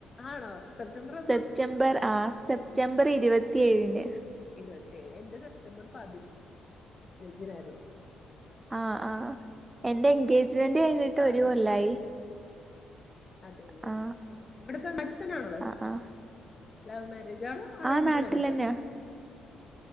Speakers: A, on the left; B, on the right.
A: ആണോ സെപ്റ്റംബർ എന്നാ
B: സെപ്റ്റംബർ ആ സെപ്റ്റംബർ ഇരുപത്തിഏഴിന്
A: ഇരുപത്തിഎഴു എന്റെ സെപ്റ്റംബർ പതിന പതിനഞ്ചിനായിരുന്നു
B: ആ ആഹ് എന്റ എൻഗേജ്മെന്റ് കഴിഞ്ഞിട്ട്
A: ആറ്
B: ഒരു കൊല്ലായി
A: വർഷം കഴിഞ്ഞ് അതെല്ലേ
B: ആ
A: ഇവിടത്തെ നാട്ടിത്തന്നാണോ ആളെ
B: ആ ആ
A: ലവ് മാരേജ് ജാണോ അറേഞ്ച്ട്
B: ആ നാട്ടിലെന്നെയാ
A: മാരേജാണോ